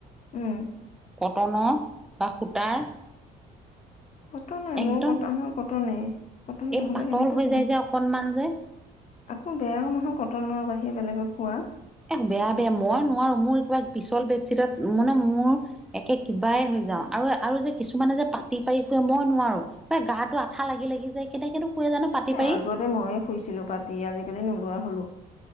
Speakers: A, on the left (about 45°); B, in the centre.
A: উম।
B: কটনৰ বা সূতাৰ।
A: কটনৰে
B: একদম
A: মোৰ কট্ মোৰ কটনে। কটন
B: এই
A: নহ'লে
B: পাতল
A: কেনেকে
B: হৈ
A: শুবা
B: যায় যে অকণমান যে।
A: আকৌ বেয়াও নহয়, কটনৰ বাহিৰে বেলেগত শুৱা।
B: এহ্ বেয়া, বেয়া মই নোৱাৰো। মোৰ কিবা পিছল বেডশ্বিদত মানে, মোৰ একে কিবাই হৈ যাওঁ আৰু, আৰু যে কিছুমানে যে পাতি পাৰি শুৱে মই নোৱাৰোঁ। এ গাটো আঠা লাগি লাগি যায় কেনেকেনো শুৱে জানো? পাতি
A: এ
B: পাৰি
A: আগতে মইয়ে শুইছিলো পাতি আজিকালি নোলোৱা হ'লো।